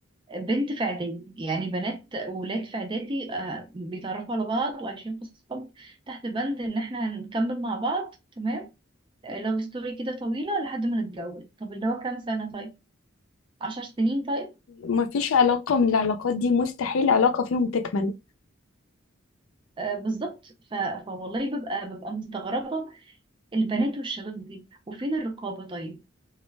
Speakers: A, on the right; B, on the left.
A: بنت في اعدادي يعني بنات وولاد في اعدادي آه، بيتعرفوا على بعض وعايشين قصص حب تحت بند ان احنا هنكمل مع بعض تمام لاف ستوري كده طويله لحد ما نتجوز طب اللي هو كام سنه طيب عشر سنين طيب
B: مفيش علاقة من العلاقات دي مستحيل علاقة فيهم تكمل
A: آه بالظبط ف... فوالله ببقى ببقى مستغربة البنات والشباب دي وفين الرقابة طيب